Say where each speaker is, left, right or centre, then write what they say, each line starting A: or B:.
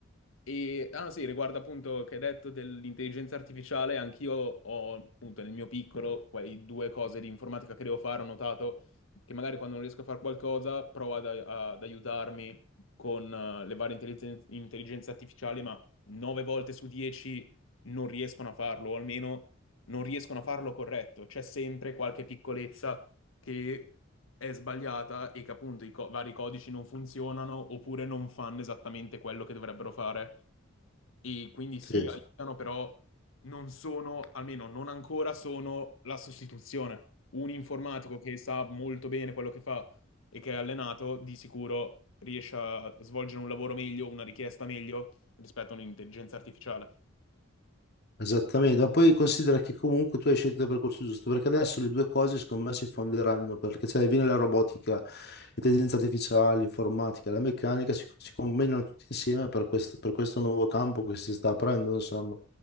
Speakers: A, on the left; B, on the left.
A: E, ah sì, riguardo appunto che hai detto dell'intelligenza artificiale, anch'io ho appunto nel mio piccolo quei due cose di informatica che devo fare, ho notato che magari quando non riesco a fare qualcosa provo ad, ad aiutarmi con eh, le varie intelligenze, intelligenze artificiali, ma nove volte su dieci non riescono a farlo, o almeno non riescono a farlo corretto. C'è sempre qualche piccolezza che è sbagliata e che appunto i co- vari codici non funzionano oppure non fanno esattamente quello che dovrebbero fare. E quindi sì,
B: Sì.
A: aiutano, però non sono, almeno non ancora, sono la sostituzione. Un informatico che sa molto bene quello che fa e che è allenato, di sicuro riesce a svolgere un lavoro meglio, una richiesta meglio rispetto a un'intelligenza artificiale.
B: Esattamente, ma poi considera che comunque tu hai scelto il percorso giusto, perché adesso le due cose secondo me si fonderanno, perché cioè, viene la robotica, l'intelligenza artificiale, l'informatica, la meccanica, si, si combinano tutti insieme per questo, per questo nuovo campo che si sta aprendo, insomma.